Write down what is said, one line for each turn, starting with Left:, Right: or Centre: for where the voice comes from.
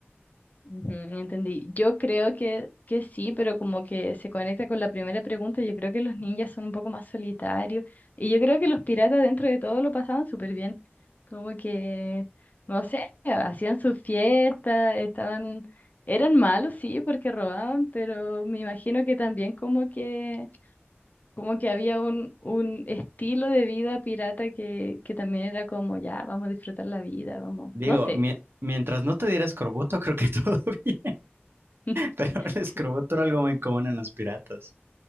Left: ujú, entendí. Yo creo que, que sí, pero como que se conecta con la primera pregunta, yo creo que los ninjas son un poco más solitarios y yo creo que los piratas dentro de todo lo pasaban súper bien. Como que, no sé, hacían sus fiestas, estaban, eran malos, sí, porque robaban, pero me imagino que también como que, como que había un, un estilo de vida pirata que, que también era como, ya, vamos a disfrutar la vida, vamos,
Right: Digo,
Left: no sé.
Right: mi- mientras no te diera escorbuto, <laughs> creo que todo <laughs> bien.
Left: <laughs>
Right: Pero el escorbuto
Left: Sí.
Right: era algo muy común en los piratas.